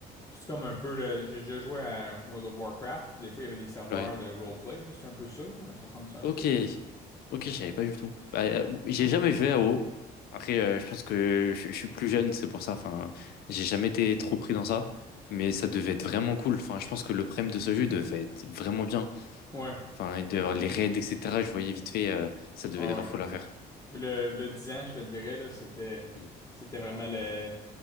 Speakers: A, on the left; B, on the left.
A: C'est comme un peu, là, j'ai déjà joué à World of Warcraft, puis des fois, il y avait des serveurs
B: Ouais.
A: de roleplay, là, c'est un peu ça, hein, ça ressemble ça
B: Ok,
A: un peu à ça.
B: ok, je savais pas du tout. Bah, euh, j'ai jamais joué à WoW. Après, euh, je pense que je, je suis plus jeune, c'est pour ça. Enfin, j'ai jamais été trop pris dans ça. Mais ça devait être vraiment cool. Enfin, je pense que le prime de ce jeu devait être vraiment bien.
A: Ouais.
B: Enfin, il devait
A: Ouais,
B: y avoir les raids, etc. Je voyais vite fait, euh, ça devait
A: ouais.
B: être grave cool à faire.
A: Le, le 10 ans, je te dirais, là, c'était,
B: Mm.
A: c'était vraiment le,